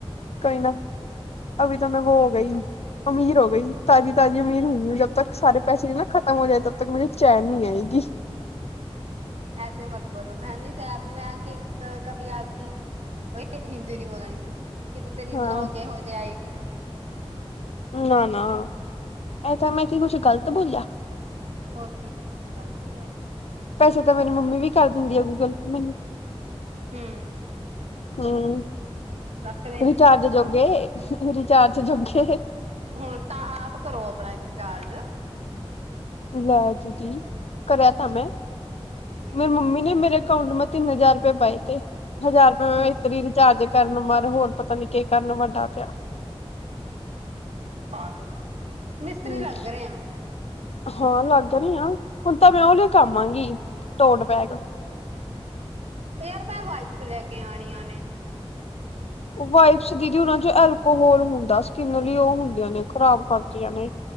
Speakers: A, on the left (about 75°); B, on the right (about 80°).
A: ਕੋਈ ਨਾ। ਅਭੀ ਤੋ ਮੈਂ ਵੋ ਹੋ ਗਈ। ਅਮੀਰ ਹੋ ਗਈ। ਤਾਜ਼ੀ ਤਾਜ਼ੀ ਅਮੀਰ ਹੁਈ ਹੂੰ। ਜਦ ਤੱਕ ਸਾਰੇ ਪੈਸੇ ਨਾ ਖਤਮ ਨੀ ਹੋ ਜਾਏ। ਤਬ ਤੱਕ ਮੁਝੇ ਚੈਨ ਨੀ ਆਏਗੀ।
B: ਐਸੇ ਮਤ ਬੋਲੋ ਬੈਨੀ ਸਾਹਿਬ। ਮੈਂ ਕਿ ਕਭੀ ਆਪ ਕੀ। ਓਏ ਹਿੰਦੀ ਨਹੀਂ ਬੋਲਣੀ। ਕਿਤੇ ਤੇਰੀ
A: ਹਾਂ
B: ਬਲੋਕ ਹੀ ਹੋ ਜਾਏ ਆਈ ਡੀ।
A: ਨਾ ਨਾ ਐਸਾ ਮੈਂ ਕੀ ਕੁਝ ਗ਼ਲਤ ਬੋਲਿਆ?
B: ਹੋਰ ਕੀ। ਗਲਤੀ ਐ।
A: ਪੈਸੇ ਤਾਂ ਮੇਰੀ ਮੰਮੀ ਵੀ ਕਰ ਦਿੰਦੀ ਆ ਗੂਗਲ ਮੈਨੂੰ।
B: ਹੂੰ।
A: ਹੂੰ
B: ਰੱਖਦੇ
A: ਰਿਚਾਰਜ
B: ਨੀ ਪਰ ਆਪਾਂ
A: ਜੋਗੇ
B: ਕੰਮ
A: ਰਿਚਾਰਜ ਜੋਗੇ।
B: ਹੁਣ ਤਾਂ ਆਪ ਕਰੋ। ਆਪਣਾ ਰਿਚਾਰਜ।
A: ਲੈ ਦੀਦੀ ਕਰਿਆ ਤਾਂ ਮੈਂ।
B: ਹੂੰ
A: ਮੇਰੀ ਮੰਮੀ ਨੇ ਮੇਰੇ। ਅਕਾਊਂਟ ਮਾ ਤਿੰਨ ਹਜ਼ਾਰ ਰੁਪਏ ਪਾਏ ਤੇ। ਹਜ਼ਾਰ ਰੁਪਏ
B: ਹਾਂ
A: ਮੈਂ ਇਤਰੀ ਰਿਚਾਰਜ। ਕਰਨ ਮਾਰ ਹੋਰ ਪਤਾ ਨੀ ਕੀ ਕਰਨ ਵੱਡਾ ਪਿਆ।
B: ਪਾਗਲ, ਮਿਸਤਰੀ
A: ਹੂੰ
B: ਲੱਗ ਰਹੇ ਆ।
A: ਹਾਂ, ਲੱਗ ਰਹੀ ਆ। ਹੁਣ ਤਾਂ ਮੈਂ ਉਹ ਦੇ ਕਵਾਂਗੀ ਟੋਲ ਬੈਗ। <inaudible>
B: ਹੋਰ ਮੈਂ ਵਾਇਪਸ ਲੈ ਕੇ ਆਣੀਆਂ ਨੇ।
A: ਵਾਈਬਸ ਦੀਦੀ ਉਹਨਾ ਚ ਐਲਕੋਹਲ ਹੁੰਦਾ। ਸਕਿੰਨ ਲਈ ਉਹ ਹੁੰਦੀਆਂ ਨੇ ਖ਼ਰਾਬ ਕਰਦੀਆਂ ਨੇ।